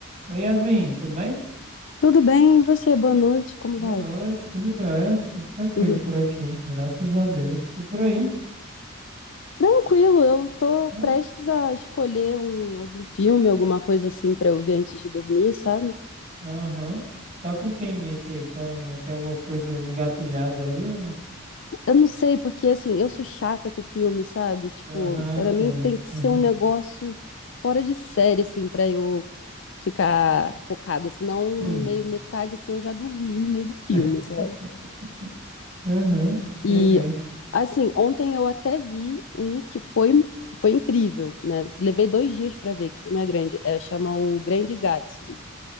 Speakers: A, on the right; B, on the left.
A: Oi, Yasmin, tudo bem?
B: Tudo bem, e você? Boa noite, como
A: Boa
B: vai?
A: noite, tudo jóia? Tudo tranquilo
B: Uhum.
A: por aqui, graças a Deus. E por aí?
B: Tranquilo, eu tô
A: Hã?
B: prestes a escolher um, algum filme, alguma coisa assim pra eu ver antes de dormir, sabe?
A: Aham. Tá com quem em mente aí? Tá, tem alguma coisa engatilhada aí? ou-
B: Eu não sei, porque assim, eu sou chata com filme, sabe? Tipo,
A: Aham,
B: pra
A: sei.
B: mim tem que
A: Aham,
B: ser um negócio fora de série, assim, pra eu ficar focada, senão
A: entendi.
B: no meio, metade, assim, eu já dormi no meio do filme,
A: <laughs>
B: sabe?
A: Aham, sei
B: E
A: bem.
B: Assim, ontem eu até vi um que foi, foi incrível, né? Levei dois dias pra ver, que o filme é grande. É, chama O Grande Gatsby.